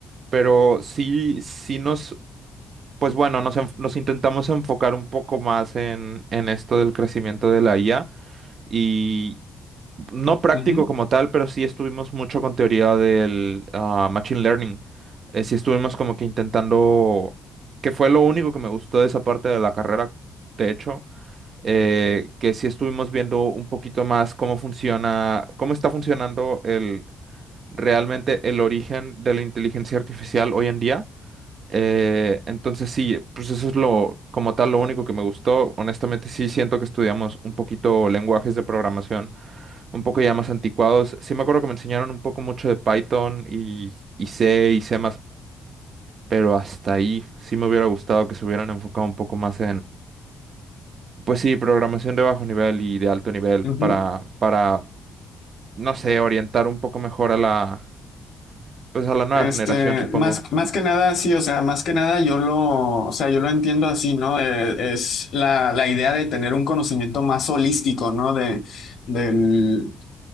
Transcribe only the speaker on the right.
pero sí, sí nos, pues bueno, nos, enf- nos intentamos enfocar un poco más en, en esto del crecimiento de la IA y no práctico
como tal, pero sí estuvimos mucho con teoría del ah, machine learning. Eh, sí estuvimos como que intentando, que fue lo único que me gustó de esa parte de la carrera, de hecho eh, que sí estuvimos viendo un poquito más cómo funciona, cómo está funcionando el, realmente el origen de la inteligencia artificial hoy en día. Eh, entonces sí, pues eso es lo, como tal, lo único que me gustó. Honestamente sí siento que estudiamos un poquito lenguajes de programación, un poco ya más anticuados. Sí me acuerdo que me enseñaron un poco mucho de Python y, y C y C++, pero hasta ahí sí me hubiera gustado que se hubieran enfocado un poco más pues sí, programación de bajo nivel y de alto nivel
para, para, no sé, orientar un poco mejor a la, pues a la nueva
generación, supongo.